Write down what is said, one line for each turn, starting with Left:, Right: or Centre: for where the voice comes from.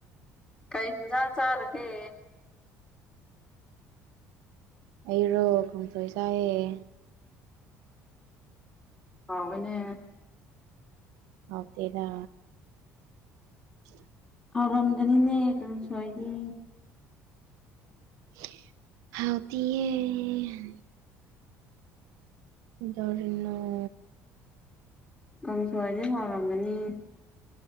Left: ꯀꯩ ꯍꯤꯟꯖꯥꯡ ꯆꯥꯔꯒꯦ
Right: ꯑꯩꯔꯣ ꯀꯥꯡꯁꫭꯏ ꯆꯥꯏꯌꯦ
Left: ꯍꯧꯋꯦꯅꯦ
Right: ꯍꯥꯎꯇꯦꯗ ꯆ <inaudible>
Left: ꯍꯧꯔꯝꯒꯅꯤꯅꯦ ꯀꯥꯡꯁꯣꯏꯗꯤ
Right: ꯍꯧꯇꯤꯌꯦ ꯀꯩꯗꯧꯔꯤꯅꯣ <unintelligible>
Left: ꯀꯥꯡꯁꯣꯏꯗꯤ ꯍꯥꯎꯔꯝꯒꯅꯤ